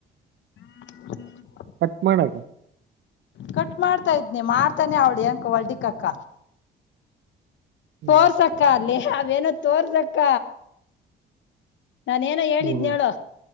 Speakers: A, on the left; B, on the right.
A: ಹ್ಮ್
B: ಕಟ್ ಮಾಡಗ
A: ಕಟ್ ಮಾಡ್ತಾ ಇದ ಇದ್ನಿ ಮಾಡ್ತಾನೆ ಅವಳ ಅಕ ಹೊಲ್ಡಿಕ್ಕಕ್ಕ
B: ಹ್ಮ್
A: ತೋರ್ಸಕ್ಕ ಅಲ್ಲಿ ಅವೇನ ತೋರ್ಸಕ್ಕ ನಾನ ಏನೋ ಹೇಳಿದ್ನ
B: ಹ್ಮ್
A: ಹೇಳೇಳು